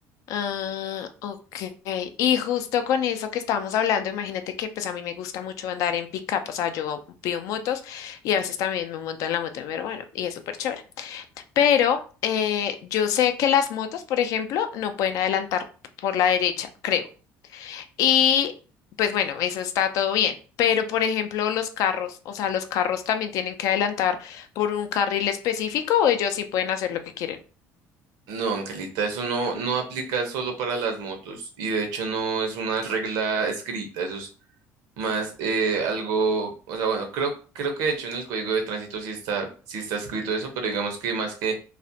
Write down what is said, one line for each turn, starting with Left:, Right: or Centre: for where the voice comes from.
Left: Ah, ok. Y justo con eso que estábamos hablando, imagínate que pues a mí me gusta mucho andar en pick-up, o sea, yo pido motos y a veces también me monto en la moto de mi hermano y es súper chévere. Pero eh, yo sé que las motos, por ejemplo, no pueden adelantar por la derecha, creo. Y pues bueno, eso está todo bien. Pero por ejemplo, los carros, o sea, los carros también tienen que adelantar por un carril específico o ellos sí pueden hacer lo que quieren.
Right: No, Angelita, eso no, no aplica solo para las motos y de hecho no es una regla escrita, eso es más eh, algo, o sea, bueno, creo, creo que de hecho en el código de tránsito sí está, sí está escrito eso, pero digamos que más que